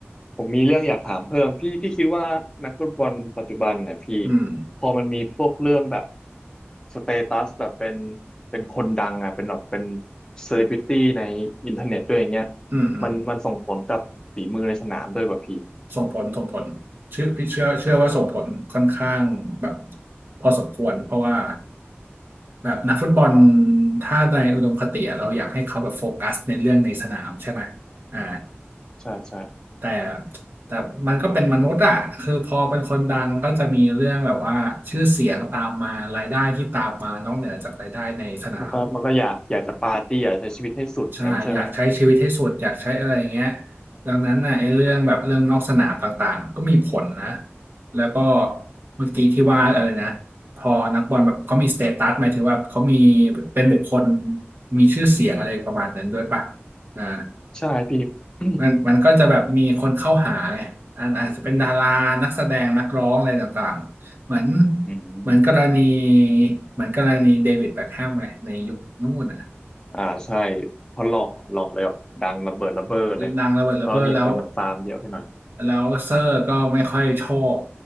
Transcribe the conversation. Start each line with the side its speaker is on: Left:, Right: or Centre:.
Left: ผมมีเรื่องอยากถามเพิ่มพี่พี่คิดว่านักฟุตบอลปัจจุบันเนยพี่
Right: อืม
Left: พอมันมีพวกเรื่องแบบสเตตัสแบบเป็นเป็นคนดังอ่ะเป็นแบบเป็นเซเลบริตี้ในอินเทอร์เน็ตด้วยอย่างเงี้ย
Right: อืมอืม
Left: มันมันส่งผลกับฝีมือในสนามด้วยป่ะพี่
Right: ส่งผลส่งผลเชื่อพี่เชื่อเชื่อว่าส่งผลค่อนข้างแบบพอสมควรเพราะว่าแบบนักฟุตบอลถ้าในอุดมคติอะเราอยากให้เขาแบบโฟกัสในเรื่องในสนามใช่ไหมอ่า
Left: ใช่ใช่
Right: แต่แต่มันก็เป็นมนุษย์อะคือพอเป็นคนดังก็จะมีเรื่องแบบว่าชื่อเสียงตามมารายได้ที่ตามมานอกเหนือจากรายได้ในสนาม
Left: มันก็มันก็อยากอยากจะปาร์ตี้อยากใช้ชีวิตให้สุดอย่างนั้นใช่ไหม
Right: ใช่ อยากใช้ชีวิตให้สุดอยากใช้อะไรอย่างเงี้ยดังนั้นน่ะไอ้เรื่องแบบเรื่องนอกสนามต่างๆ ก็มีผลนะ แล้วก็เมื่อกี้ที่ว่าเออนะพอนักบอลแบบเขามีสเตตัสหมายถึงว่าเขามีเป็นบุคคลมีชื่อเสียงอะไรประมาณนั้นด้วยป่ะอ่า
Left: ใช่พี่ <clears throat>
Right: มันมันก็จะแบบมีคนเข้าหาไงอันอาจจะเป็นดารานักแสดงนักร้องอะไรต่างๆ เหมือน
Left: อืม
Right: เหมือนกรณีเหมือนกรณีเดวิดแบ็คแฮมไงในยุคนู้นน่ะ
Left: อ่าใช่เพราะหล่อหล่อเลยแบบดังระเบิดระเบ้อเลย
Right: ดังระเบิดระเบ้อแล้ว
Left: แล้วก็มีคนมาตามเยอะไปหน่อย
Right: แล้วเซอร์ก็ไม่ค่อยชอบ